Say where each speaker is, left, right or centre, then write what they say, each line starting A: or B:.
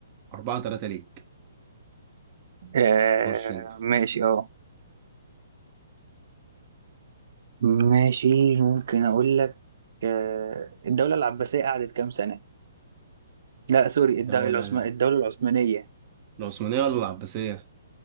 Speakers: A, on the right; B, on the right.
A: أربعة تلاتة ليك
B: آه
A: خش أنت
B: ماشي اه ماشي ممكن أقول لك آه، الدولة العباسية قعدت كام سنة؟ لا سوري
A: الدولة
B: الدولة العثمان الدولة العثمانية
A: العثمانية ولا العباسية؟